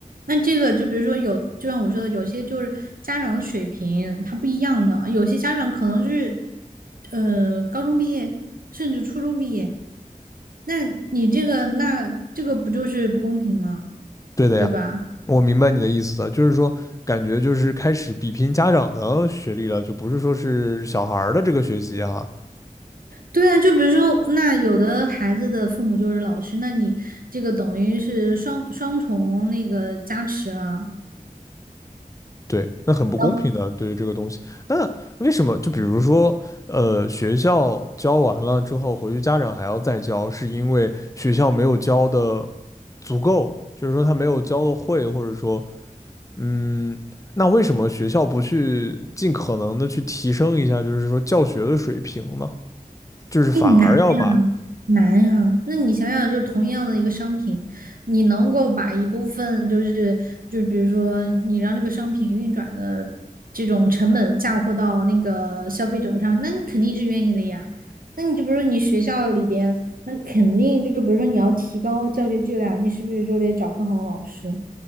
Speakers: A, on the right (about 75°); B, on the left (about 20°).
A: 那这个就比如说有，就像我说的，有些就是家长的水平他不一样的，有些家长可能就是呃高中毕业，甚至初中毕业。那你这个，那这个不就是不公平吗？
B: 对的呀。
A: 对吧？
B: 我明白你的意思了，就是说，感觉就是开始比拼家长的学历了，就不是说是小孩儿的这个学习哈。
A: 对啊，就比如说，那有的孩子的父母就是老师，那你这个等于是双双重那个加持了，
B: 对，那很不公平的，
A: 然后
B: 对于这个东西。那为什么？就比如说，呃，学校教完了之后，回去家长还要再教，是因为学校没有教的足够，就是说他没有教的会，或者说，嗯，那为什么学校不去尽可能的去提升一下，就是说教学的水平呢？就是反而要把
A: 更难难呀。那你想想，就是同样的一个商品，你能够把一部分就是就比如说你让这个商品运转的这种成本嫁祸到那个消费者上，那你肯定是愿意的呀。那你就比如说你学校里边，那肯定就比如说你要提高教学质量，你是不是就得找更好的老师？